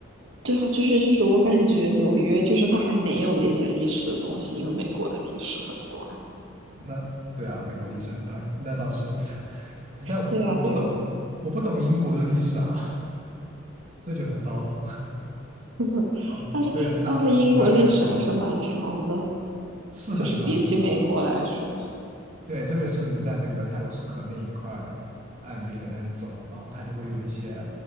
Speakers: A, on the right; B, on the right.
A: 对啊，就是就是我感觉纽约就是它还没有那些历史的东西，因为美国的历史很短。
B: 那对啊，美国历史很短，那倒是，<laughs> 但我不懂，
A: 对啊，对啊，
B: 我不懂英国的历史啊，这就很糟。
A: <laughs>
B: <laughs>
A: 但是但是英国历史还是蛮长的，
B: 对着大本钟转了两圈。是很长，
A: 就是比起美国来说，
B: 是很长对，特别是你在那个泰晤士河那一块岸边在那走，然后它就会有一些，